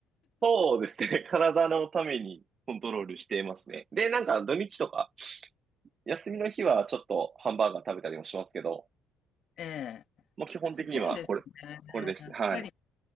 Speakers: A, on the right; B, on the left.
A: そうですね。体のためにコントロールしていますね。で、なんか土日とか、休みの日はちょっとハンバーガー食べたりもしますけど、
B: ええ。
A: もう基本的にはこれ、
B: すごいですね。
A: これですね。
B: やっぱり
A: はい。